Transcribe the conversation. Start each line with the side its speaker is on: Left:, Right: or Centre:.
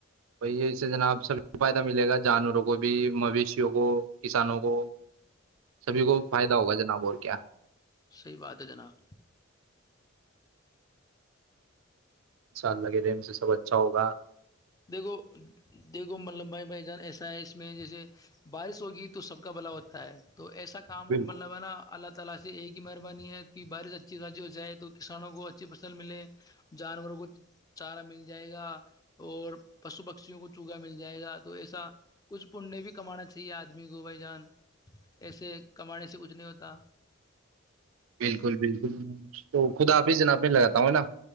Right: توی اس سے جناب سب فائدہ ملے گا جانوروں کو بھی مویشیوں کو کسانوں کو سبھی کو فائدہ ہوگا جناب اور کیا
Left: صحی بات ہے جناب
Right: ا شاء اللہ کے ریم سے سب اچھا ہوگا
Left: دیکھو دیکھو ملب بھائی بھائی جان ایسا ہے اس میں جیسے بارش ہوگی تو سب کا بھلا ہوتا ہے تو ایسا کام
Right: بالکل
Left: بلوانا اللہ <unintelligible> تعالا سے ایک ہی مہربانی ہے کہ بارش اچھی تضی ہو جائے تو کسانوں کو اچھی فصل ملے جانوروں کو چارہ مل جائے گا اور پشو پکشیوں کو چوگا مل جائے گا تو ایسا کچھ پنیہ بھی کمانا چاہیے آدمی کو بھائی جان ایسے کمانے سے کچھ نہیں ہوتا
Right: بالکل بالکل تو خدا حافظ جناب میں لگاتا ہوں ہے نا